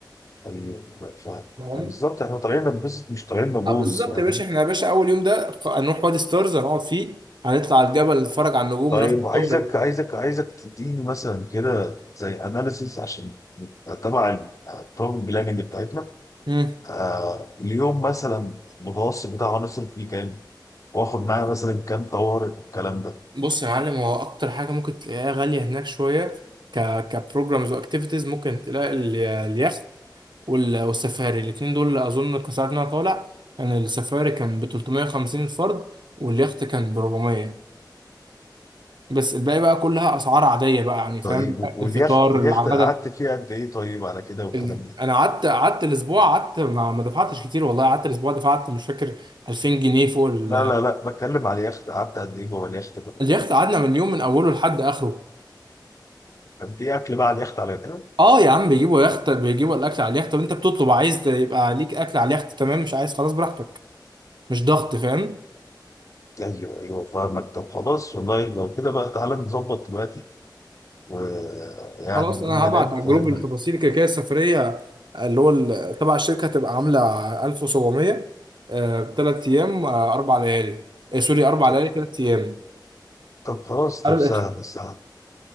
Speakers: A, on the left; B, on the right.
A: طيب، ف-
B: فاهم؟
A: بالظبط احنا طالعين ننبسط مش طالعين نبوظ
B: اه بالظبط
A: فاهم
B: يا باشا احنا يا باشا اول يوم ده خ- هنروح وادي ستارز هنقعد فيه هنطلع على الجبل نتفرج على النجوم
A: طيب
B: وناخد
A: عايزك
B: صور
A: عايزك عايزك تديني مثلا كده زي اناليسيس عشان نبقى تبع البروجرام بلاننج بتاعتنا
B: امم
A: آه اليوم مثلا المتوسط بتاعه هنصرف فيه كام واخد معايا مثلا كام طوارئ والكلام ده
B: بص يا معلم هو اكتر حاجه ممكن تلاقيها غاليه هناك شويه ك كبروجرامز واكتيفيتيز ممكن تلاقي ال- اليخت وال- والسفاري الاثنين دول اظن كسرنا إن أنا طالع كان السفاري كان ب 350 الفرد واليخت كان ب 400 بس الباقي بقى كلها اسعار عاديه بقى يعني
A: طيب
B: فاهم
A: واليخت
B: الفطار
A: اليخت
B: الغدا
A: قعدت فيه قد ايه طيب على كده والكلام
B: ال...
A: ده
B: انا قعدت قعدت الاسبوع قعدت ما, ما دفعتش كتير والله قعدت الاسبوع دفعت مش فاكر 2000 جنيه فوق ال...
A: لا لا لا بتكلم على اليخت قعدت قد ايه جوه اليخت
B: اليخت قعدنا من اليوم من اوله لحد اخره
A: كان في اكل بقى على اليخت على كده
B: اه يا عم بيجيبوا يخت بيجيبوا الاكل على اليخت طب انت بتطلب عايز ت- يبقى ليك اكل على اليخت تمام مش عايز خلاص براحتك مش ضغط فاهم
A: ايوه ايوه فاهمك طب خلاص والله لو كده بقى تعالى نظبط دلوقتي ويعني
B: خلاص
A: نقوم
B: انا
A: ننام
B: هبعت على
A: فاهم
B: الجروب التفاصيل كده كده السفريه اللي هو ال- تبع الشركه هتبقى عامله 1700 ثلاث ايام آه، اربع ليالي آه، سوري اربع
A: طب
B: ليالي ثلاث ايام
A: طب خلاص طب
B: عارف
A: سهل سهل